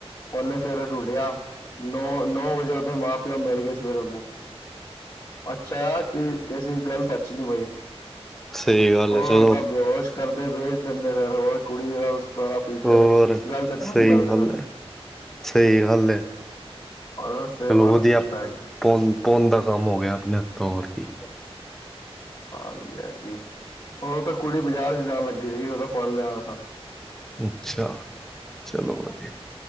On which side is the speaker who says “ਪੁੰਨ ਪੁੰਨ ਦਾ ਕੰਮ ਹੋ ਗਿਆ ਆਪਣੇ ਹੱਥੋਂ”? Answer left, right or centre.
Centre